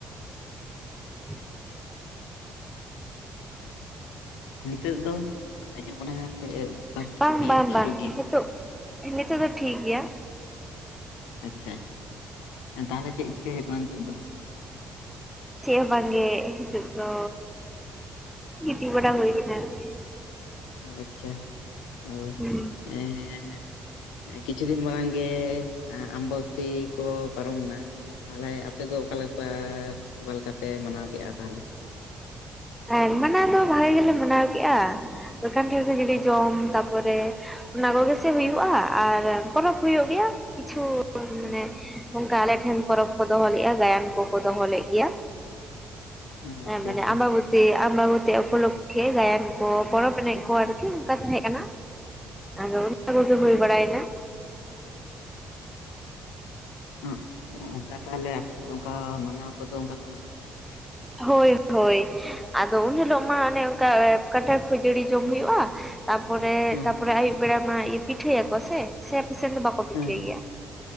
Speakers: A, in the centre; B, on the left (about 75°).
A: <inaudible>
B: ᱱᱤᱛᱚᱜ ᱫᱚ ᱚᱠᱟᱞᱮ ᱟᱸᱡᱚᱢᱚᱜ ᱠᱟᱱᱟ ᱥᱮ ᱵᱟᱫ
A: ᱵᱟᱝ
B: ᱫᱤᱭᱮ
A: ᱵᱟᱝ
B: ᱯᱩᱥᱴᱳ
A: ᱵᱟᱝ
B: ᱜᱮ?
A: ᱱᱤᱛᱚᱜ ᱱᱤᱛᱚᱜ ᱫᱚ ᱴᱷᱤᱠ ᱜᱮᱭᱟ
B: ᱟᱪᱪᱷᱟ ᱟᱪᱪᱷᱟ᱾ ᱛᱟᱦᱞᱮ ᱪᱮᱫ ᱪᱤᱠᱟᱹᱭ ᱦᱩᱭᱩᱜ ᱠᱟᱱᱟ ᱱᱤᱛᱚᱜ ᱫᱚ?
A: ᱪᱮᱫ ᱦᱚᱸ ᱵᱟᱝᱜᱮ ᱦᱤᱸᱛᱳᱜ ᱫᱚ ᱜᱤᱛᱤᱡ ᱵᱟᱲᱟ ᱦᱩᱭ ᱠᱟᱱᱟ ᱟᱨᱠᱤ᱾
B: ᱟᱪᱪᱷᱟ, ᱚ᱾
A: ᱦᱩᱸ
B: ᱮᱸᱻ ᱠᱤᱪᱷᱩ ᱫᱤᱱ ᱢᱟᱲᱟᱝ ᱜᱮ ᱟᱢᱵᱟᱵᱚᱛᱤ ᱠᱚ ᱯᱟᱨᱚᱢᱱᱟ, ᱛᱟᱦᱞᱮ ᱟᱯᱮ ᱫᱚ ᱚᱠᱟ ᱞᱮᱠᱟ ᱯᱮ, ᱚᱠᱟ ᱞᱮᱠᱟ ᱯᱮ ᱢᱟᱱᱟᱣ ᱠᱮᱜ-ᱟ ᱛᱟᱦᱞᱮ?
A: ᱦᱮᱸ, ᱢᱟᱱᱟᱣ ᱫᱚ ᱵᱷᱟᱜᱮ ᱜᱮᱞᱮ ᱢᱟᱱᱟᱣ ᱠᱮᱜ-ᱟ ᱢᱮᱱᱠᱷᱟᱱ ᱫᱚ <unintelligible> ᱡᱚᱢ ᱛᱟᱨᱯᱚᱨᱮ ᱚᱱᱟ ᱠᱚᱜᱮᱥᱮ ᱦᱩᱭᱩᱜ-ᱟ ᱟᱨ ᱯᱚᱨᱚᱵᱽ ᱦᱩᱭᱩᱜ ᱜᱮᱭᱟ ᱠᱤᱪᱷᱩ ᱢᱟᱱᱮ ᱚᱝᱠᱟ ᱟᱞᱮᱴᱷᱮᱱ ᱯᱚᱨᱚᱵᱽ ᱠᱚ ᱫᱚᱦᱚ ᱞᱮᱫᱼᱟ ᱜᱟᱭᱟᱱ ᱠᱚᱠᱚ ᱫᱚᱦᱚ ᱞᱮᱜ ᱜᱮᱭᱟ᱾
B: ᱚ
A: ᱦᱮᱸ,
B: ᱟᱪᱪᱷᱟ
A: ᱢᱟᱱᱮ
B: ᱟᱪᱪᱷᱟ
A: ᱟᱢᱵᱟᱵᱚᱛ ᱥᱮ ᱟᱢᱟᱵᱚᱛᱤ ᱩᱯᱚᱞᱚᱠᱷᱮ ᱜᱟᱭᱟᱱ ᱠᱚ ᱯᱚᱨᱚᱵᱽ ᱮᱱᱮᱡ ᱠᱚ ᱟᱨᱠᱤ ᱚᱝᱠᱟ ᱛᱟᱦᱮᱸ ᱠᱟᱱᱟ᱾ ᱟᱫᱚ ᱚᱱᱟ ᱠᱚᱜᱮ ᱦᱩᱭ ᱵᱟᱲᱟᱭᱮᱱᱟ᱾
B: ᱦᱮᱸ <unintelligible> ᱚᱱᱠᱟ ᱛᱟᱦᱞᱮ ᱟᱯᱮ ᱥᱮᱫ ᱚᱝᱠᱟ ᱢᱟᱱᱟᱣ ᱠᱚᱫᱚ ᱚᱝᱠᱟ ᱯᱮ ᱢᱟᱱᱟᱣᱟ ᱛᱟᱦᱞᱮ?
A: ᱦᱳᱭ ᱦᱳᱭ ᱟᱫᱚ ᱩᱱ ᱦᱤᱞᱳᱜ ᱢᱟ ᱚᱱᱮ ᱚᱝᱠᱟ ᱠᱟᱸᱴᱷᱟᱲ ᱠᱷᱟᱹᱡᱟᱹᱲᱤ ᱡᱚᱢ ᱦᱩᱭᱩᱜ-ᱟ᱾ ᱛᱟᱯᱚᱨᱮ,
B: ᱦᱩᱸ
A: ᱛᱟᱯᱚᱨᱮ ᱟᱭᱩᱵ ᱵᱮᱲᱟ ᱢᱟ ᱯᱤᱴᱷᱟᱹᱭᱟᱠᱚ ᱥᱮ ᱥᱮ ᱟᱯᱮ ᱥᱮᱱ ᱫᱚ ᱵᱟᱠᱚ ᱯᱤᱴᱷᱟᱹᱭ
B: ᱦᱩᱸ
A: ᱜᱮᱭᱟ᱾